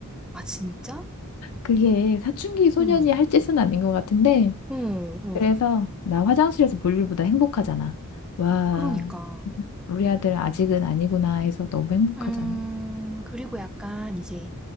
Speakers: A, in the centre; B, on the left (about 80°).
A: 아, 진짜?
B: 그게 사춘기 소년이
A: 응,
B: 할 짓은 아닌 것 같은데,
A: 어, 어.
B: 그래서 나 화장실에서 볼 일보다 행복하잖아. 와,
A: 그러니까.
B: 우리 아들 아직은 아니구나 해서 너무 행복하잖아.
A: 음, 그리고 약간 이제